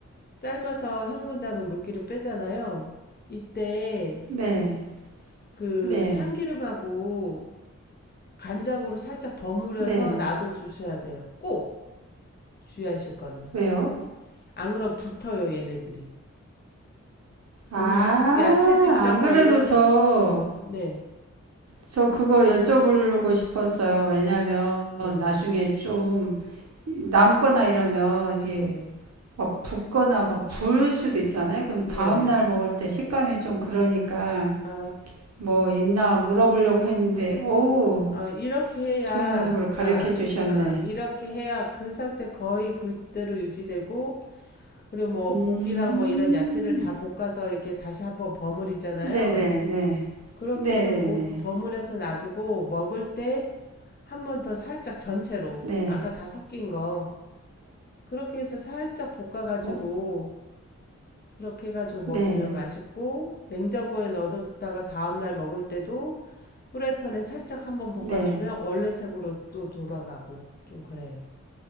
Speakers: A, on the left; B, on the right.
A: 삶아서 헹군 다음에 물기를 빼잖아요. 이때
B: 네, 네,
A: 그
B: 네.
A: 참기름하고 간장으로 살짝 버무려서
B: 네.
A: 놔둬 주셔야 돼요. 꼭 주의하실 거는.
B: 왜요?
A: 안 그럼 붙어요, 얘네들이.
B: 아,
A: 음식, 야채들이랑
B: 안 그래도
A: 막 이런,
B: 저,
A: 네,
B: 저 그거 여쭤보려고 싶었어요. 왜냐면
A: 네,
B: 나중에 좀 남거나 이러면 이게
A: 네,
B: 막 붓거나 막 부을 수도 있잖아요. 그럼
A: 네,
B: 다음
A: 네.
B: 날 먹을 때 식감이 좀 그러니까
A: 아.
B: 뭐 있나 물어보려고 했는데 오
A: 어, 이렇게 해야,
B: 좋은 정보를 가르쳐
A: 아,
B: 주셨네.
A: 아, 이렇게 해야 그 상태 거의 그대로 유지되고, 그리고 뭐
B: 음,
A: 고기랑 뭐 이런 야채들 다 볶아서 이렇게 다시 한번 버무리잖아요.
B: 네네네,
A: 그렇게
B: 네네네,
A: 해서 보-
B: 네,
A: 버무려서 놔두고 먹을 때 한번 더 살짝 전체로,
B: 네.
A: 아까 다 섞인 거, 그렇게 해서 살짝 볶아가지고,
B: 뭐,
A: 그렇게 해가지고 먹으면
B: 네,
A: 맛있고, 냉장고에 넣어뒀다가 다음날 먹을 때도 후라이팬에 살짝 한번 볶아주면
B: 네,
A: 원래 색으로 또 돌아가고 좀 그래요.